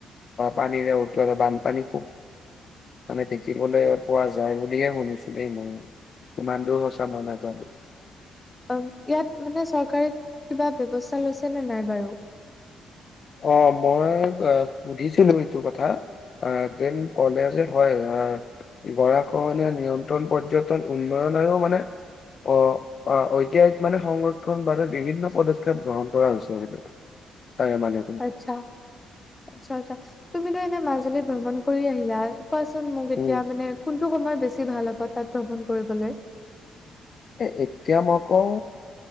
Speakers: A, on the left; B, on the left.
A: পানীৰে উতোলা বানপানী খুব মানে থিকিবলৈ পোৱা যায় বুলিয়ে শুনিছিলোঁ ই মই ইমান দূৰ সঁচা ময় নাজানো
B: অ', ইয়াত মানে চৰকাৰে কিবা ব্যৱস্থা লৈছে নে নাই বাৰু।
A: অ', মই সুধিছিলো এইটো কথা। অ', তেন ক'লে যে হয় আহ। গৰাখীয়া নিয়ন্ত্ৰণ পৰ্যটন উন্নয়নৰ মানে অ', ঐতিহাসিক মানে সংৰক্ষণ বাদে বিভিন্ন পদক্ষেপ গ্ৰহণ কৰা হৈছে সেটো। তাকে মানে।
B: আচ্ছা, আচ্ছা, আচ্ছা তুমিতো এনে মাজুলী ভ্ৰমণ কৰি আহিলা কোৱাচোন মোক এতিয়া
A: উম
B: মানে কোনটো সময়ত বেছি ভাল হ'ব তাত ভ্ৰমণ কৰিবলৈ।
A: এ এতিয়া মই কওঁ